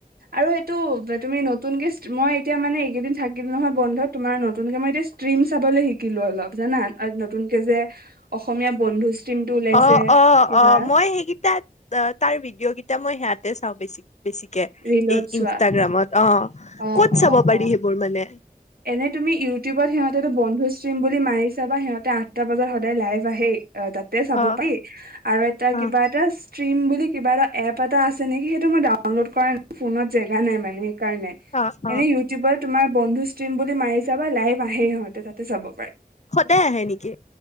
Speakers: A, on the right; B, on the left.
A: আৰু এইটো তুমি নতুনকে মই এতিয়া মানে এইকেইদিন থাকিল নহয় বন্ধ তোমাৰ নতুনকে মই এতিয়া ষ্টিম চাবলৈ শিকিলো অলপ জানা নতুনকে যে অসমীয়া বন্ধু ষ্ট্ৰীমটো ওলাইছে
B: অ অ
A: কিবা
B: অ মই সেইকেইটাত তাৰ ভিডিঅ' কেইটা মই সেয়া চাওঁ বেছি বেছিকে
A: ৰিলত
B: এই
A: চোৱা
B: ইনষ্টাগ্ৰামত অ
A: অ',
B: ক'ত চাব
A: অ',
B: পাৰি
A: অ'।
B: সেইবোৰ মানে হয়
A: এনে তুমি ইউটিউবত সিহঁত তাতে বন্ধু ষ্ট্ৰীম বুলি মাৰি ছাবা সিহঁতে আঠটা বজাত সদায় লাইভ আহেই অ তাতে চাব
B: অ',
A: পাৰি আৰু এটা
B: অ',
A: কিবা এটা ষ্ট্ৰিম বুলি কিবা এটা এপ এটা আছে নেকি সেইটো মই ডাউনলোড কৰা নাই ফোনত জেগা নাই মানে দেই কাৰণে
B: অ', অ'।
A: এনে ইউটিউবৰ তোমাৰ। বন্ধু ষ্টিম বুলি মাৰি চাবা লাইভ আহে সিহঁতে তাতে চাব পাৰি
B: সদায় আহে নেকি?